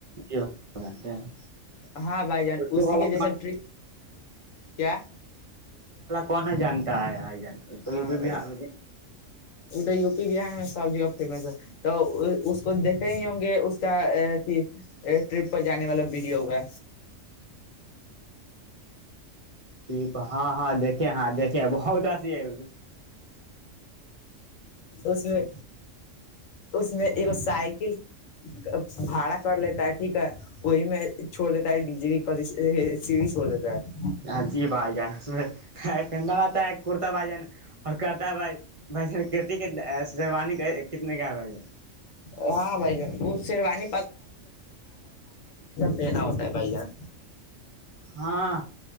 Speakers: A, on the right; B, on the left.
A: ج جتے ہیں
B: ہاں بھائی جان
A: اس کو
B: اسی
A: بھلاا
B: کے جیسا ٹرپ کیا
A: کون ہے جانتا ہے ہے جان اس کو
B: ہاں بھائی
A: بہار
B: ا تو و پی بہار میں سب جگہ فس تو اس کو دیکھے نہیں ہوں گے اس کا اھی ٹرپ پہ جانے والا وڈیو ہوگا
A: پپ ہاں ہاں دیکیں ہاں دیکھیں بہت ج آئی
B: اس میں اس میں ایک سائیکل بھاڑا کر لیتا ہے ٹھیک ہے وہی میں چھوڑ دیتا ہے ڈی جے سیی چھوڑ دیتا ہے
A: ہاں جی بائی جانا پ آتا ہے کرتا بائی جان اور کردا بھائی بھ ج کٹیانی کتنے کا ہے بھائی جن
B: ہے ہاں بھائی جان وہ شیروانی کہا ہوتا ہے بھائی جان
A: ہاں